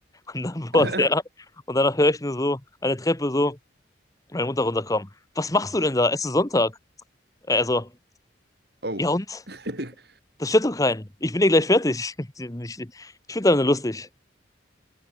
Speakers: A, on the left (about 20°); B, on the right (about 55°).
A: Und dann bohrt
B: <laughs>
A: er. Und danach höre ich nur so eine Treppe so, meine Mutter runterkommen. Was machst du denn da? Es ist Sonntag. Also,
B: Oh.
A: ja und?
B: <laughs>
A: Das stört doch keinen. Ich bin eh gleich fertig. <laughs> Ich, ich finde deine lustig.